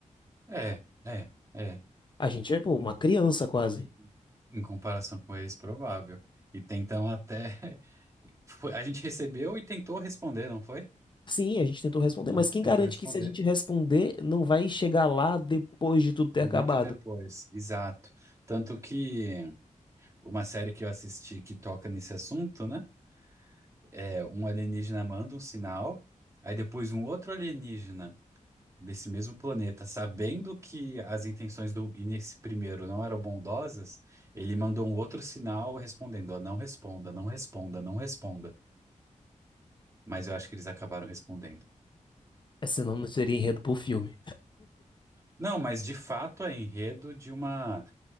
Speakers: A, on the right; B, on the left.
A: É, é, é.
B: A gente é, pô, uma criança quase.
A: E- Em comparação com eles, provável. E tentam até. <laughs> foi- A gente recebeu e tentou responder, não foi?
B: Sim, a gente tentou responder,
A: Ah,
B: mas quem
A: tentou
B: garante
A: responder.
B: que se a gente responder, não vai chegar lá depois de tudo ter
A: Muito
B: acabado?
A: depois, exato. Tanto que uma série que eu assisti que toca nesse assunto, né? É um alienígena manda um sinal, aí depois um outro alienígena desse mesmo planeta, sabendo que as intenções do nesse primeiro não eram bondosas, ele mandou um outro sinal respondendo, ó, não responda, não responda, não responda. Mas eu acho que eles acabaram respondendo.
B: É, Senão não seria enredo pro filme.
A: Não, mas de fato é enredo de uma.